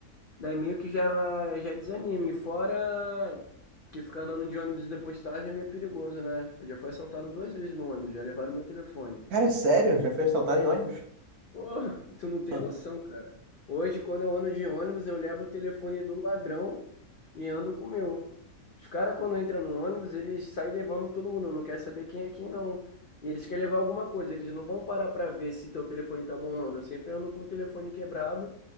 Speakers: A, on the left; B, on the right.
A: Daí meio que já, já desanime. Fora que ficar andando de ônibus e depois tarde é meio perigoso, né? Eu já fui assaltado duas vezes no ônibus, já levaram meu telefone.
B: Cara, é sério, já foi assaltado em ônibus?
A: Pô, tu não tem
B: <laughs>
A: noção, cara. Hoje, quando eu ando de ônibus, eu levo o telefone do ladrão e ando com o meu. Os caras, quando entram no ônibus, eles saem levando todo mundo, não quer saber quem é quem, não. E eles querem levar alguma coisa, eles não vão parar pra ver se teu telefone tá bom ou não. Eu sempre ando com o telefone quebrado